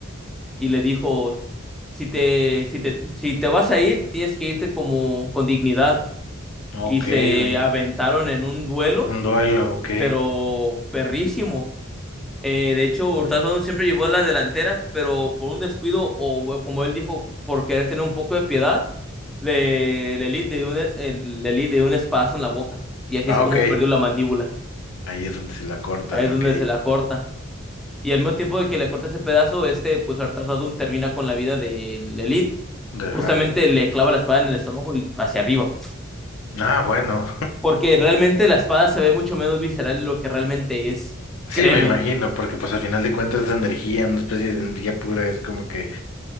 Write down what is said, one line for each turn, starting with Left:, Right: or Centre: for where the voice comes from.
Centre: y le dijo, si te, si te, si te vas a ir, tienes que irte como con dignidad.
Left: Ok,
Centre: Y se
Left: oye.
Centre: aventaron en un duelo,
Left: Un duelo, ok.
Centre: pero perrísimo. Eh, de hecho, Hurtado Brown siempre llevó la delantera, pero por un descuido o o como él dijo, por querer tener un poco de piedad, le, le, li- le dio un, el- le li- le dio un espadazo en la boca. Y así
Left: Ah,
Centre: es como
Left: ok.
Centre: perdió la mandíbula.
Left: Ahí es donde se la cortan,
Centre: Ahí es
Left: ok.
Centre: donde se la corta. Y al mismo tiempo de que le corta ese pedazo, este, pues Artasadum termina con la vida del Elite.
Left: Ajá.
Centre: justamente le clava la espada en el estómago y hacia arriba.
Left: Ah, bueno.
Centre: Porque realmente la espada se ve mucho menos visceral de lo que realmente es.
Left: Sí,
Centre: Créeme.
Left: me imagino, porque pues al final de cuentas es energía, una especie de energía pura, es como que...